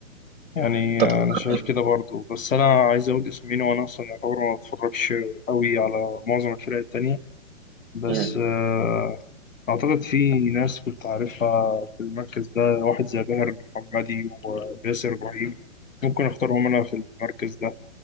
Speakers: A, on the left; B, on the right.
A: يعني
B: انت تخ-
A: انا شايف كده برضو بس انا عايز اقول اسمين وانا اصلا يعتبر ما بتفرجش قوي على معظم الفرق التانية بس
B: مم.
A: آه، اعتقد في ناس كنت عارفها في المركز ده واحد زي باهر المحمدي وباسر ابراهيم ممكن اختارهم انا في المركز ده